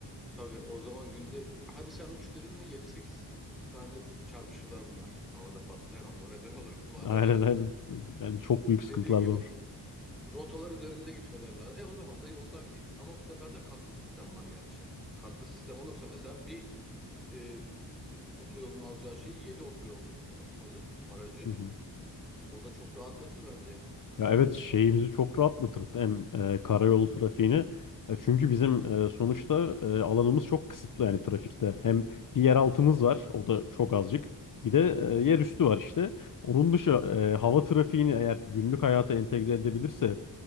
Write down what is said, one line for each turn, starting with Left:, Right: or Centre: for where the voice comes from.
Centre: Tabii o zaman günde hadi sen uç dedin mi Yedi sekiz tane çarpışırlar bunlar. Havada patlayan olur eden olur <laughs> mahvederler
Left: <laughs> Aynen aynen.
Centre: bizi.
Left: Yani çok büyük
Centre: Dediğin
Left: sıkıntılar
Centre: gibi
Left: doğur.
Centre: rotalar üzerinde gitmeleri lazım. E o zaman da yoldan git ama bu sefer de katlı sistem var gerçi. Katlı sistem olursa mesela bir e, otoyolun alacağı şeyi 7 otoyol e, alır aracı.
Left: Hı hı.
Centre: O da çok rahatlatır bence
Left: Ya
Centre: trafiği.
Left: evet şeyimizi çok rahatlatır hem e, karayolu trafiğini. E, çünkü bizim e, sonuçta e, alanımız çok kısıtlı yani trafikte. Hem bir yeraltımız var o da çok azıcık. Bir de e, yer üstü var işte. Onun dışı e, hava trafiğini eğer günlük hayata entegre edebilirse